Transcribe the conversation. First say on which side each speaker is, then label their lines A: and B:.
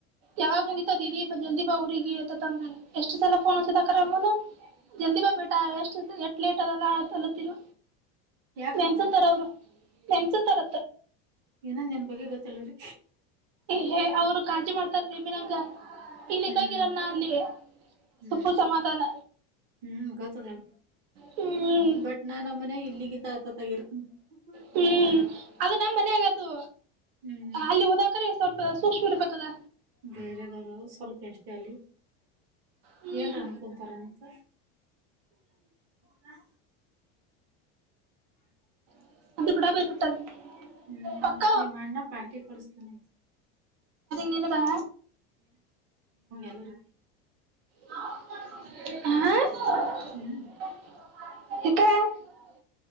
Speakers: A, on the right; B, on the right.
A: ಯವಾಗ ಮುಗಿತಾದ್ ಜಲ್ದಿ ಬಾ ಊರಿಗೆ ತಂದ್ರ ಎಷ್ಟು ಸಲ ಫೋನ್ <unintelligible> ಬಬೇಟ ಎಷ್ಟು ಎಟ್ ಲೇಟ್ ಅದೆಲ್ಲ ತಲತೀರಾ.
B: ಯಾಕಕ್ಕ
A: ಫ್ರೆಂಡ್ಸ್ ತರ ಬ್ರೋ ಅವರು ಫ್ರೆಂಡ್ಸ್ ತರ.
B: ಇಏನಂದ ನಿನ್ ಬಗ್ಗೆ ಗೊತ್ತಲ್ವರಿ.
A: ಹೇ ಅವ್ರು ಕಾಜಿ ಮಾಡ್ತಾರ ನಿಮಿನಂಗ. ಇಲ್ಲಿ
B: ಹ್ಮ್
A: ಗಂಗಿರಲಾ ಅಲ್ಲಿ
B: ಹ್ಮ್
A: ಸುಪ್ಪು ಸಮಾಧಾನ.
B: ಹ್ಮ್ ಗೊತ್ತದೆ ಹೇಳು
A: ಹ್ಮ್
B: ಬಟ್ ನಾಮ್ಮನೆಗ್ ಇಲ್ಲಿಗಿಂತ ಆತ. <unintelligible> <unintelligible>
A: ಹ್ಮ್ ಅದು ನಮ್ಮ್ ಮನೆಗ್ ಅದು
B: ಹ್ಮ್
A: ಅಲ್ಲಿ ಓದಾಕರಿ ಇಂಸ್ವಲ್ಪ ಸ್ವಲ್ಪ ಸೂಕ್ಷ್ಮ ಇಡ್ಬೇಕಲ್ಲ.
B: ಬೆರೆದರಾವ್ ಸ್ವಲ್ಪ ಎಷ್ಟ ಅಲ್ಲಿ
A: ಹ್ಮ್
B: ಏನ್ರ ಅನ್ಕೊತಾರ ಅಂತ. ಹ್ಮ. <unintelligible>
A: <unintelligible>
B: ಹ್ಮ್
A: ಪಕ್ಕ
B: ನಿಮ್ ಅಣ್ಣ ಪಾರ್ಟಿ ಕೊಡುಸ್ತಾನ್ ಅಂತೇ.
A: ನಿನುಬಾ.
B: ಎಲ್ಲರು.
A: ಹಾ.
B: ಹ್ಮ್
A: <unintelligible>